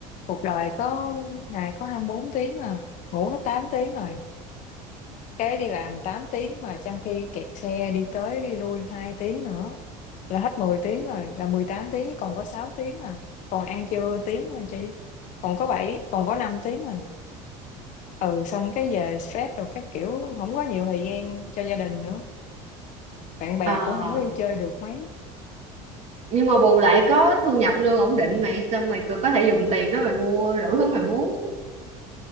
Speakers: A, on the left; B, on the right.
A: cuộc đời có ngày có 24 tiếng à, ngủ hết 8 tiếng rồi. Cái đi làm 8 tiếng mà trong khi kẹt xe đi tới đi lui 2 tiếng nữa là hết 10 tiếng rồi, là 18 tiếng còn có 6 tiếng à. Còn ăn trưa tiếng thôi chị. Còn có 7 còn có 5 tiếng à ừ xong cái về stress rồi các kiểu không có nhiều thời gian cho gia đình nữa bạn bè
B: à
A: cũng không có đi chơi được mấy
B: nhưng mà bù lại có thu nhập lương ổn định mày xong mày có có thể dùng tiền đó mày mua đủ thứ mày muốn